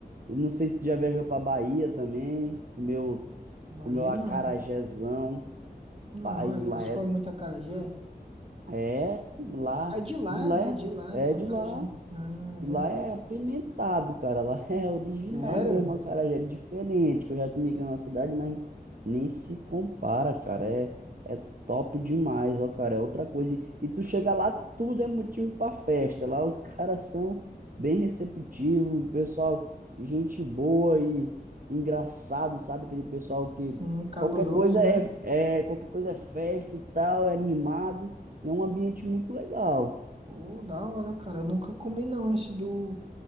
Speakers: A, on the right; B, on the right.
A: E não sei se tu já viajou pra Bahia também, comeu,
B: Bahia
A: comeu acarajézão,
B: não.
A: rapaz,
B: Não, ele-
A: lá
B: eles
A: é,
B: comem muito acarajé.
A: é, lá,
B: É de lá,
A: e lá
B: né?
A: é,
B: É De lá, né? O
A: é
B: acarajé.
A: de lá.
B: Ah, é
A: E lá
B: verdade.
A: é apimentado, cara. Lá <laughs> é original
B: Sério?
A: mesmo, a cara já é diferente, que eu já comi aqui na nossa cidade, mas nem se compara, cara. É, é top demais, ó, cara. É outra coisa. E, e tu chega lá, tudo é motivo pra festa. Lá os <laughs> caras são bem receptivos, pessoal, gente boa e engraçado, sabe? Aquele pessoal que
B: Sim, caloroso,
A: qualquer coisa é,
B: né?
A: é qualquer coisa é festa e tal, é animado. E é um ambiente muito legal.
B: Pô, da hora, cara. Eu nunca comi não esse do